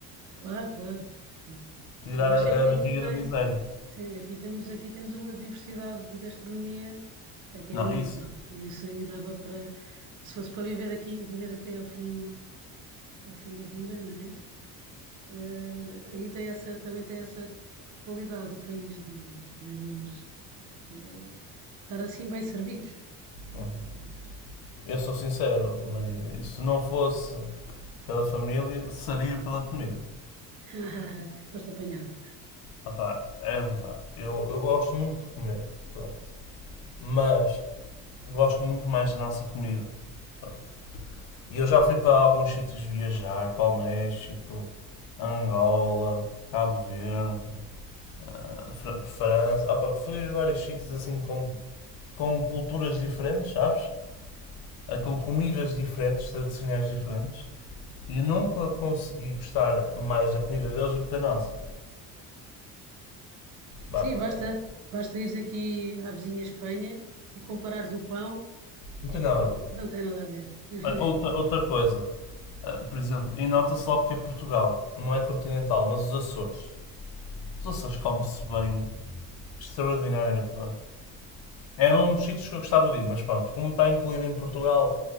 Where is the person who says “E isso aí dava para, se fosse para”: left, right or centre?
Right